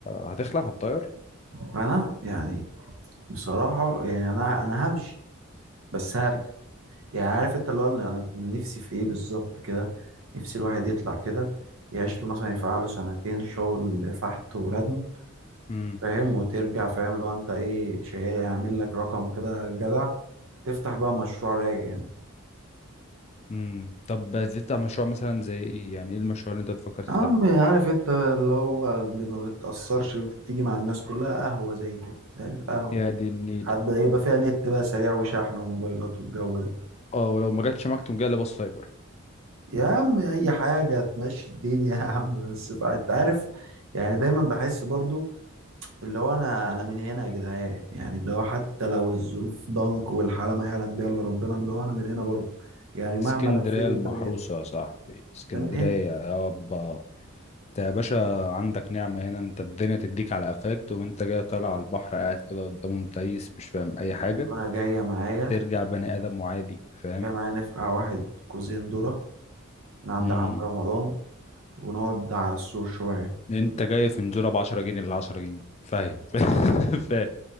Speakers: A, on the left; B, on the right.
A: هتخلع هتطير
B: انا يعني بصراحة يعني أنا أنا همشي بس هرجع يعني عارف أنت اللي هو اللي أنا أنا نفسي في إيه بالظبط كده نفسي الواحد يطلع كده يعيش له مثلا يفقع له سنتين شغل فحت وردم
A: امم
B: فاهم وترجع فاهم اللي هو أنت إيه شيء يعمل لك رقم كده جدع تفتح بقى مشروع رايق يعني
A: امم طب هتفتح مشروع مثلا زي ايه يعني ايه المشروع اللي انت بتفكر تفتحه
B: عم عارف أنت اللي هو اللي ما بتأثرش بتيجي مع الناس كلها قهوة زي كده قهوة
A: يا دي النيلة
B: حتى يبقى فيها نت بقى سريع وشحن وموبايلات والجو ده
A: اه ولو ما جاتش معاك تقوم جاي لابس سايبر
B: يا عم اي حاجه تمشي الدنيا يا عم بس ف- انت عارف يعني دايما بحس برضو اللي هو انا انا من هنا يا جدعان يعني اللي هو حتى لو الظروف ضنك والحاله ما يعلم بيها الا ربنا اللي هو انا من هنا برضو يعني مهما
A: اسكندرية
B: لفيت
A: المحروسة
B: انت من هنا
A: يا صاحبي اسكندرية
B: انت من هنا
A: يابا انت يا باشا عندك نعمة هنا انت الدنيا تديك على قفاك تقوم انت جاي طالع على البحر قاعد كده قدامه متيس مش فاهم اي حاجة
B: والله جايه معايا
A: ترجع بني ادم وعادي فاهم
B: جايه معايا نفقع واحد كوزين ذره من عند
A: امم
B: عم رمضان ونقعد على السور شويه
A: انت جاي في نزوله ب 10 جنيه ل 10 جنيه فاهم <laughs> فاهم